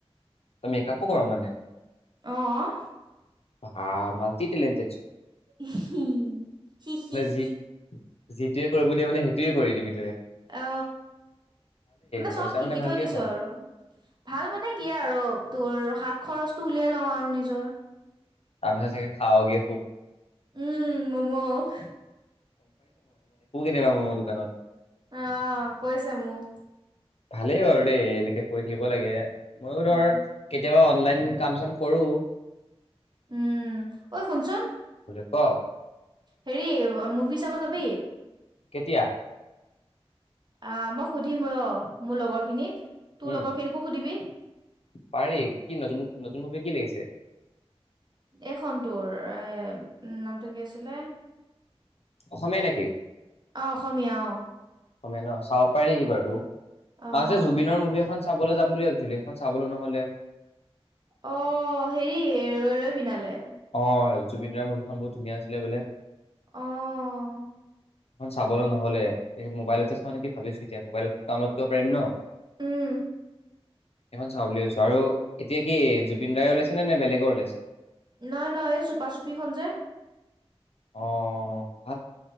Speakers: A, on the left; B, on the right.
A: তই মেকআপো কৰ মানে ।
B: অহ
A: হা মালতি তেলেন্তেদ সোণ
B: উম হো সি সি সি
A: যি যিটোৱে কৰিব দিয়া মানে সেইটোৱে কৰি দিবি তইে
B: অ মানে
A: পইচা
B: চব শিকি
A: ভালকে
B: থৈ দিছো
A: পাৱ
B: আৰু ভাল মানে কি আৰু তোৰ হাত খৰচ তু উলিয়াই লওঁ আৰু নিজৰ
A: তাৰপিছত চে খাৱগেয় খুব
B: উম মম অহ
A: কেবা মমৰ দোকানত
B: আহ কৈছে মোক
A: ভালেই বাৰু দেই এনেকে কৰি থাকিব লাগে। ময়ো ধৰ
B: উম
A: কেতিয়াবা অনলাইন কাম চাম কৰোঁ।
B: উম ঐ শুনচোন
A: ক
B: হেৰি মুভি চাব যাবি।
A: কেতিয়া?
B: অ মই সুধিম ৰ মোৰ লগৰ খিনিক তোৰ
A: উম
B: লগৰ খিনিকো সুধিবি
A: পাৰি কি নতুন নতুন মুভি কি লাগিছে?
B: এইখন তৰ এ নামটো কি আছিলে
A: অসমীয়া নেকি
B: অ অসমীয়া অঁ
A: অসমীয়া ন চাব পাৰি বাৰু
B: অ
A: মাজে জুবিনৰ মুভি এখন চাবলৈ যাম বুলি ভাবিছিলো সেইখন চাবলৈ নহ'লে
B: অ হেৰি ৰৈ ৰৈ বিনালে
A: অ জুবিন দাৰ মুভিখন বহুত ধুনীয়া আছিলে বোলে।
B: আহ
A: এখন চাবলৈ নহলে মোবাইলতে চাওঁ নেকি ভাবিছো এতিয়া মোবাইলত ডাউনলোড কৰিব পাৰি ন।
B: উম
A: চাওঁ বুলি ছো আৰু এতিয়া কি জুবিনদাৰ ওলাইছে নে নে বেলেগেৰ ওলাইছে
B: নাই নহ এই চুপা চুপিখন যে
A: অঁ